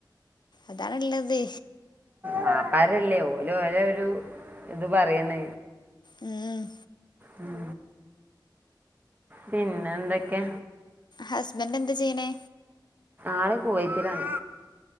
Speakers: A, on the left; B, on the right.
A: അതാണുള്ളത്
B: വാപ്പാരല്ലേ ഓരോ ഓര ഒരു ഇത് പറയുന്ന
A: ഉം
B: ഉം പിന്നെ എന്തൊക്കെ
A: ഹസ്ബൻഡ് എന്താ ചെയ്യണേ
B: ആള് കുവത്തിലാണ്